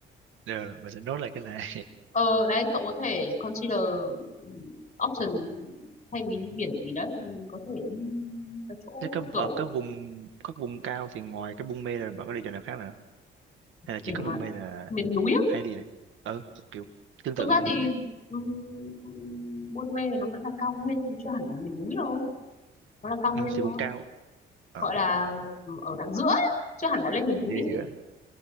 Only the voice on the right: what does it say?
rồi mình sẽ nốt lại cái này
Thế các
ở các vùng các vùng cao thì ngoài cái Buôn Mê là bạn có đi chỗ nào khác nữa hay là chỉ
có
Buôn Mê là
hay đi này ờ kiểu tương
tự
như
vậy
ừ,
thì
vùng cao ở
giữa giữa